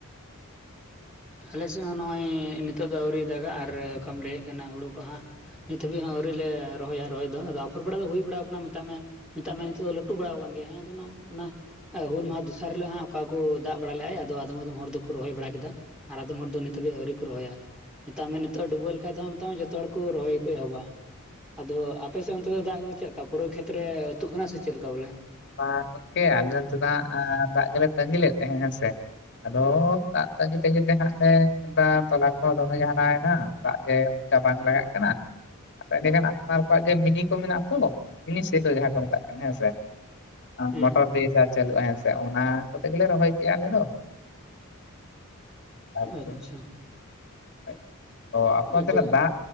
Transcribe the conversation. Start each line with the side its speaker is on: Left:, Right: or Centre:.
Centre: ᱟᱞᱮ ᱥᱮᱜ ᱦᱚᱸ ᱱᱚᱜᱼᱚᱭ ᱱᱤᱛᱚᱜ ᱫᱚ ᱟᱹᱣᱨᱤ ᱫᱟᱜᱼᱟ ᱟᱨ ᱚᱠᱟᱢ ᱞᱟᱹᱭᱮᱜ ᱠᱟᱱᱟ ᱦᱩᱲᱩ ᱠᱚ ᱦᱟᱸᱜ ᱱᱤᱛ ᱫᱷᱟᱹᱵᱤᱡ ᱦᱚᱸ ᱟᱹᱣᱨᱤ ᱞᱮ ᱨᱚᱦᱚᱭᱟ ᱨᱚᱦᱚᱭ ᱫᱚ ᱟᱫᱚ ᱟᱯᱷᱚᱨ ᱵᱟᱲᱟ ᱫᱚ ᱦᱩᱭ ᱵᱟᱲᱟ ᱟᱠᱟᱱᱟ ᱢᱮᱛᱟᱜ ᱢᱮ ᱢᱮᱛᱟᱜ ᱢᱮ ᱱᱤᱛᱚᱜ ᱫᱚ ᱞᱟᱹᱴᱩ ᱵᱟᱲᱟᱣ ᱠᱟᱱ ᱜᱮᱭᱟ ᱦᱮᱸ ᱟᱫᱚ ᱚᱱᱟ ᱞᱟ ᱮ ᱦᱩᱞ ᱢᱟᱦᱟ ᱫᱚᱥᱟᱨ ᱦᱤᱞᱳᱜ ᱦᱟᱸᱜ ᱚᱠᱟ ᱠᱚ ᱫᱟᱜ ᱵᱟᱲᱟ ᱞᱮᱜᱼᱟᱭ ᱟᱫᱚ ᱟᱫᱚᱢ ᱟᱫᱚᱢ ᱦᱚᱲ ᱫᱚᱠᱚ ᱨᱚᱦᱚᱭ ᱵᱟᱲᱟ ᱠᱮᱫᱟ᱾ ᱟᱨ ᱟᱫᱚᱢ ᱦᱚᱲ ᱫᱚ ᱱᱤᱛ ᱦᱟᱹᱵᱤᱡ ᱟᱹᱣᱨᱤ ᱠᱚ ᱨᱚᱦᱭᱟ, ᱢᱮᱛᱟᱜ ᱢᱮ ᱱᱤᱛᱚᱜ ᱰᱩᱵᱟᱹ ᱞᱮᱠᱷᱟᱡ ᱫᱚ ᱢᱮᱛᱟ ᱢᱮ ᱡᱚᱛᱚ ᱦᱚᱲ ᱠᱩ ᱨᱚᱦᱚᱭ ᱠᱩ ᱮᱦᱚᱵᱟ ᱟᱫᱚ ᱟᱯᱮᱥᱮ ᱚᱱᱛᱮ ᱫᱚ ᱫᱟᱜ ᱪᱮᱜ ᱠᱟ ᱯᱩᱨᱟᱹ ᱠᱷᱮᱛ ᱨᱮ ᱟᱹᱛᱩᱜ ᱠᱟᱱᱟ ᱥᱮ ᱪᱮᱫᱠᱟ ᱵᱚᱞᱮ?
Left: <unintelligible> ᱟᱞᱮ ᱫᱚ ᱫᱟᱜ ᱮᱸ ᱫᱟᱜ ᱜᱮᱞᱮ ᱛᱟᱹᱜᱤ ᱞᱮᱫ ᱛᱟᱦᱮᱸ ᱦᱮᱸᱥᱮ᱾ ᱟᱫᱚ ᱫᱟᱜ ᱛᱟᱸᱜᱤ ᱛᱮᱜᱮ ᱛᱮ ᱦᱟᱸᱜ ᱞᱮ ᱵᱟᱝ ᱛᱚᱞᱟ ᱠᱚ ᱫᱚᱢᱮ ᱡᱷᱟᱱᱟᱣ ᱮᱱᱟ ᱫᱟᱜ ᱡᱮ ᱚᱱᱠᱟ ᱵᱟᱝ ᱞᱟᱜᱟᱜ ᱠᱟᱱᱟ᱾ ᱟᱹᱰᱤ ᱜᱟᱱ ᱟᱯᱱᱟᱨ ᱠᱚᱣᱟᱜ ᱜᱮ ᱢᱤᱱᱤ ᱠᱚ ᱢᱮᱱᱟᱜᱼᱟ ᱛᱚ ᱢᱤᱱᱤ ᱥᱮᱞᱳ ᱡᱟᱦᱟᱸ ᱠᱚ ᱢᱮᱛᱟᱜ ᱠᱟᱱᱟ ᱦᱮᱸ ᱥᱮ ᱵᱟᱝ? ᱮᱸ
Centre: ᱦᱮᱸ
Left: ᱢᱚᱴᱚᱨ ᱫᱤᱭᱮ ᱡᱟᱦᱟᱸ ᱪᱟᱹᱞᱩᱜᱼᱟ ᱦᱮᱸᱥᱮ ᱚᱱᱟ ᱠᱚᱛᱮ ᱜᱮᱞᱮ ᱨᱚᱦᱚᱭ ᱠᱮᱜᱼᱟ ᱟᱞᱮ ᱫᱚ᱾ ᱟᱨ
Centre: ᱟᱪᱪᱷᱟ
Left: ᱠᱤ <inaudible> ᱚ ᱟᱯᱮ
Centre: ᱟᱫᱚ
Left: ᱛᱟᱦᱚᱞᱮ ᱫᱟ